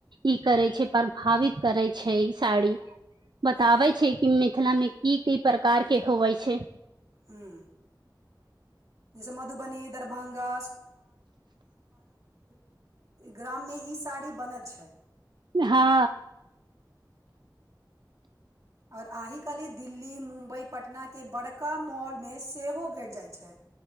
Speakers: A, on the right (about 75°); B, on the right (about 50°).
A: ई करै छै प्रभावित करै छै ई साड़ी बताबै
B: हँ
A: छै कि मिथिलामे की की प्रकार के होवै छै
B: हूँ जैसे मधुबनी दरभंगा <inaudible> ग्राम में ई साड़ी बनत छै
A: हँ
B: और आहि कली दिल्ली मुंम्बई पटना के बड़का मॉल मे सेहो भेट जाइत छै